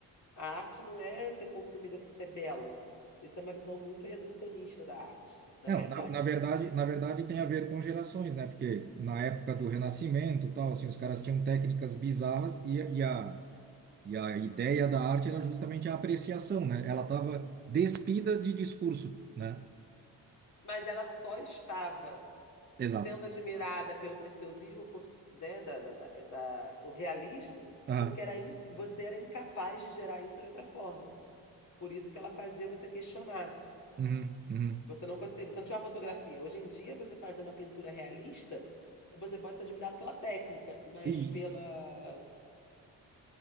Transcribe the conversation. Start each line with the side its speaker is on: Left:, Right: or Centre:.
Left: A arte não é ser consumida por ser bela. Isso é uma visão muito reducionista da arte, na
Right: Não,
Left: realidade.
Right: na, na verdade, na verdade tem a ver com gerações, né? Porque na época do Renascimento, tal, assim, os caras tinham técnicas bizarras e, e a e a ideia da arte era justamente a apreciação, né? Ela estava despida de discurso, né?
Left: Mas ela só estava
Right: Exato.
Left: sendo admirada pelo preciosismo, por, né, da, da, da- da- o realismo,
Right: Aham.
Left: porque era in- você era incapaz de gerar isso de outra forma. Por isso que ela fazia você questionar.
Right: Uhum, uhum.
Left: Você não conseguia, você não tinha uma fotografia. Hoje em dia, você fazer uma pintura realista, você pode ser admirado pela técnica, mas
Right: E
Left: pela